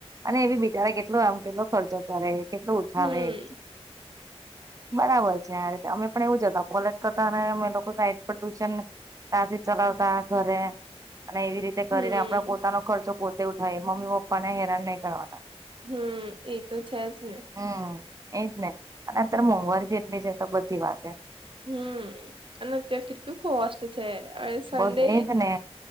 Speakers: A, on the right; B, on the right.
A: અને એ બી બિચારા કેટલો આમ કેટલો ખર્ચો કરે કેટલો ઉઠાવે
B: હમ
A: એ બરાબર છે આ રીતે અમે પણ એવું જતા કોલેજ કરતા અમે લોકો સાઈડ પર ટુશન તાસી ચલાવતા ઘરે અને એવી રીતે તે
B: હમ
A: કરીને આપણે પોતાનો ખર્ચો પોતે ઉઠાવએ મમ્મી પપ્પા ને હેરાન નહીં કરવાના.
B: હમ્મ એ તો છે જ ને.
A: હમ્મ એજ ને અને અત્યારે મોંઘવારી કેટલી છે તો બધી વાતે
B: હમ્મ અને અત્યારે કેટલુંક કોસ્ટ છે. સન્ડે
A: બહુ એજ ને